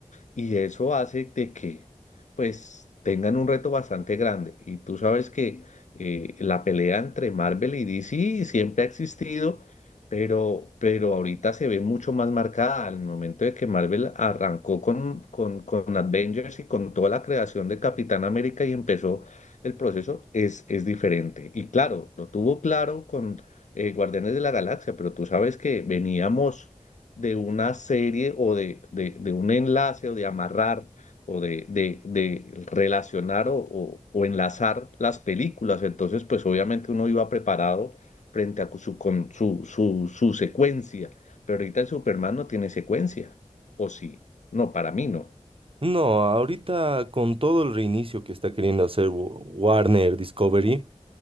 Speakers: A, on the left; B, on the right.
A: y eso hace de que pues tengan un reto bastante grande. Y tú sabes que eh, la pelea entre Marvel y DC siempre ha existido, pero, pero ahorita se ve mucho más marcada al momento de que Marvel arrancó con, con, con Avengers y con toda la creación de Capitán América y empezó el proceso, es, es diferente. Y claro, lo tuvo claro con eh, Guardianes de la Galaxia, pero tú sabes que veníamos de una serie o de, de, de un enlace o de amarrar o de, de, de relacionar o, o, o enlazar las películas. Entonces, pues obviamente uno iba preparado frente a su, con, su, su, su secuencia, pero ahorita el Superman no tiene secuencia, ¿o sí? No, para mí no.
B: No, ahorita con todo el reinicio que está queriendo hacer Wa- Warner Discovery,